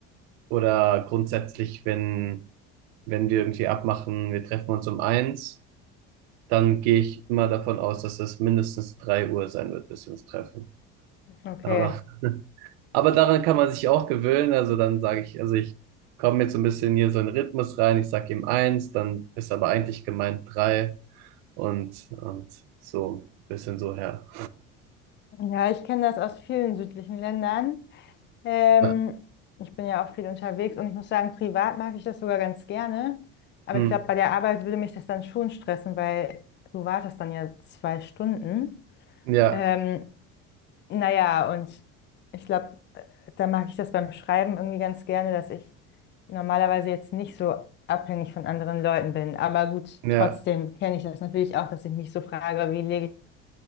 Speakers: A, on the right (about 80°); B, on the left (about 40°).
A: oder grundsätzlich, wenn, wenn wir irgendwie abmachen, wir treffen uns um eins, dann gehe ich immer davon aus, dass es mindestens drei Uhr sein wird, bis wir uns treffen.
B: Okay.
A: Aber <laughs> Aber daran kann man sich auch gewöhnen. Also dann sage ich, also ich komme jetzt so ein bisschen hier so in den Rhythmus rein. Ich sage ihm eins, dann ist aber eigentlich gemeint drei und, und so ein bisschen so her.
B: Ja, ich kenne das aus vielen südlichen Ländern. Ähm,
A: Ja,
B: ich bin ja auch viel unterwegs und ich muss sagen, privat mag ich das sogar ganz gerne. Aber
A: Hm.
B: ich glaube, bei der Arbeit würde mich das dann schon stressen, weil du wartest dann ja zwei Stunden.
A: ja,
B: Ähm, naja, und ich glaube, da mag ich das beim Schreiben irgendwie ganz gerne, dass ich normalerweise jetzt nicht so abhängig von anderen Leuten bin. Aber gut,
A: ja,
B: trotzdem kenne ich das natürlich auch, dass ich mich so frage, wie lege